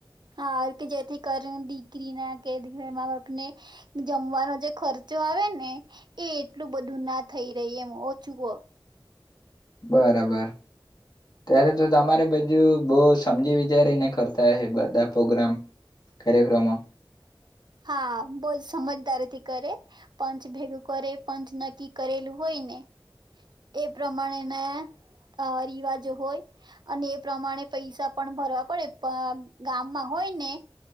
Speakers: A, on the right; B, on the left.
A: હા કે જેથી કરી દીકરી ના કે દીક માં જમવાનો જે ખર્ચો આવે ને એ એટલું બધું ના થઈ રહી એમ ઓછું ક
B: બરાબર ત્યારે તો તમારે બાજુ બો સમજી વિચારીને કરતા હ બધા પ્રોગ્રામ કાર્યક્રમો
A: હા, બહ જ સમજદારી થી કરે પંચ ભેગું કરે પંચ નક્કી કરેલું હોય ને એ પ્રમાણે ના રિવાજો હોય અને એ પ્રમાણે પૈસા પણ ભરવા પડે પણ ગામમાં હોય. ને